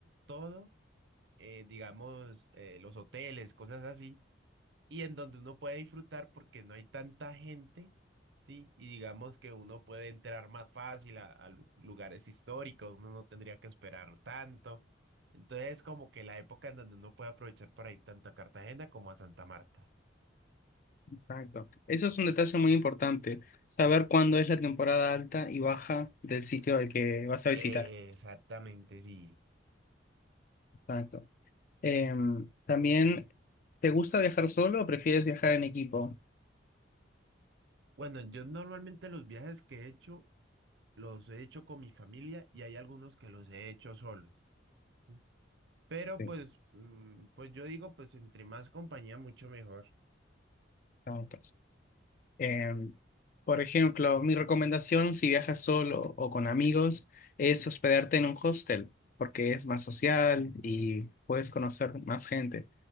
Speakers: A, on the right; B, on the left.
A: todo, eh, digamos, eh, los hoteles, cosas así y en donde uno puede disfrutar porque no hay tanta gente, ¿sí? Y digamos que uno puede entrar más fácil a, a lu- lugares históricos, uno no tendría que esperar tanto. Entonces es como que la época en donde uno puede aprovechar para ir tanto a Cartagena como a Santa Marta.
B: exacto. Eso es un detalle muy importante, saber cuándo es la temporada alta y baja del sitio al que vas a
A: Exactamente,
B: visitar.
A: sí.
B: Exacto. Em, también, ¿te gusta viajar solo o prefieres viajar en equipo?
A: Bueno, yo normalmente los viajes que he hecho los he hecho con mi familia y hay algunos que los he hecho solos. ¿sí? Pero
B: Sí.
A: pues, mm, pues yo digo, pues entre más compañía, mucho mejor.
B: Exacto. Em, por ejemplo, mi recomendación si viajas solo o con amigos es hospedarte en un hostel, porque es más social y puedes conocer más gente.